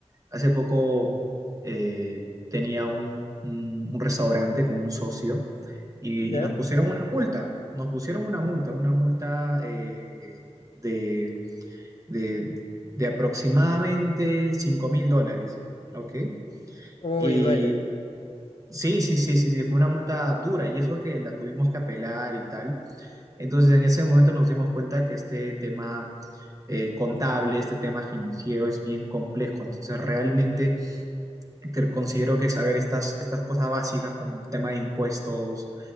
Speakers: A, on the right (about 30°); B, on the left (about 60°).
A: Hace poco eh, tenía un, un- un restaurante con un socio y,
B: ¿ya?
A: y nos pusieron una multa. Nos pusieron una multa, una multa eh, de de, de aproximadamente cinco mil dólares, ¿ok?
B: Uy,
A: Y
B: duele.
A: sí, sí, sí, sí, sí, fue una multa dura y eso que la tuvimos que apelar y tal. Entonces, en ese momento nos dimos cuenta que este tema eh, contable, este tema financiero es bien complejo. Entonces, realmente que considero que saber estas, estas cosas básicas como el tema de impuestos,